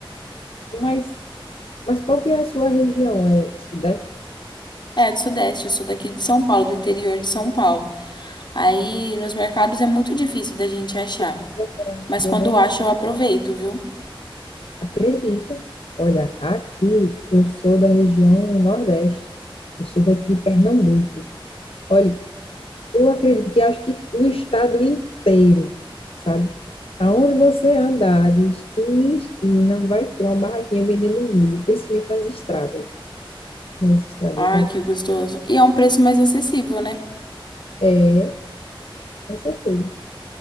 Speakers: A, on the left (about 80°); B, on the left (about 55°).
A: Mas, mas qual que é a sua região? É Sudeste?
B: É, do Sudeste, eu sou daqui de São Paulo, do interior de São Paulo. Aí, nos mercados é muito difícil da gente achar.
A: É verdade,
B: Mas quando
A: é verdade.
B: acho, eu aproveito, viu?
A: Acredito. Olha, aqui eu sou da região Nordeste. Eu sou daqui de Pernambuco. Olha, eu acredito que acho que o estado inteiro, sabe? Aonde você andar, de esquina em esquina, vai ter uma barraquinha vendendo milho, principalmente nas estradas, nas estradas
B: Ai,
A: daqui.
B: que gostoso. E é um preço mais acessível, né?
A: É, com certeza.